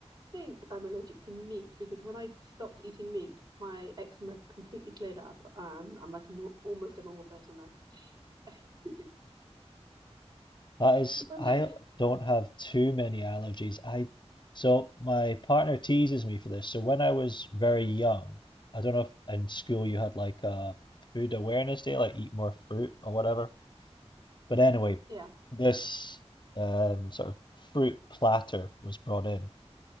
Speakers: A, on the right; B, on the left.
A: think I'm allergic to meat because when I stopped eating meat, my eczema completely cleared up, and I'm like a nor almost a normal person now. <laughs>
B: That is,
A: What
B: I
A: about you?
B: don't have too many allergies. I so my partner teases me for this. So when I was very young, I don't know if in school you had like a food awareness day, like eat more fruit or whatever. But anyway,
A: Yeah.
B: this um, sort of fruit platter was brought in.